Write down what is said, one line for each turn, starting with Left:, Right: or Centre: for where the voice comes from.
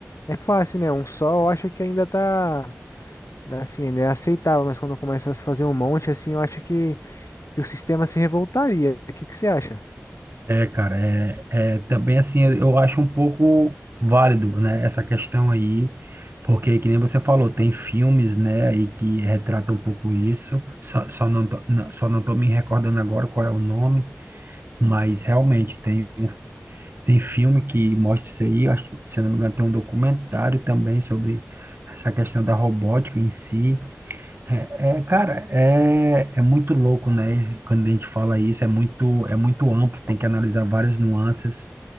Left: é fácil, né? Um só eu acho que ainda tá né, assim, né, aceitável, mas quando começa a se fazer um monte assim, eu acho que, que o sistema se revoltaria. O que que você acha?
Right: É, cara, é, é também assim, eu eu acho um pouco válido, né, essa questão aí, porque que nem você falou, tem filmes, né, aí que retratam um pouco isso. Só, só não tô, não- só não tô me recordando agora qual é o nome Mas realmente tem, um- tem filme que mostra isso aí. eu Acho que, se eu não me engano, tem um documentário também sobre essa questão da robótica em si. É, é, cara, é, é muito louco, né? Quando a gente fala isso, é muito, é muito amplo, tem que analisar várias nuances.